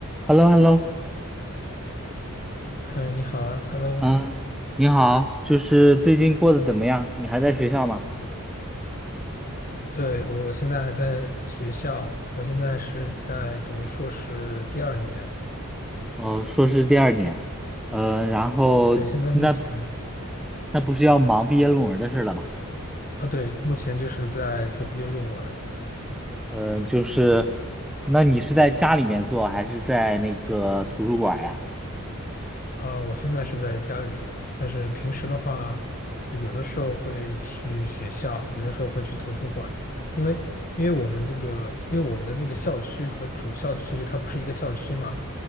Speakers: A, in the centre; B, on the left.
A: h e l l o h e l l o
B: 哎，你好啊，Hello。
A: 嗯，你好，就是最近过得怎么样？你还在学校吗？
B: 对，我，我现在还在学校，我现在是在读硕士第二年。
A: 哦，硕士第二年，嗯、然后那
B: 对，现在目前
A: 那不是要忙毕业论文的事了吗？
B: 啊，对，目前就是在做毕业论文。
A: 嗯、就是那你是在家里面做还是在那个图书馆呀？
B: 啊，我现在是在家里，但是平时的话，就是有的时候会去学校，有的时候会去图书馆，因为因为我们这个，因为我们的那个校区和主校区它不是一个校区嘛，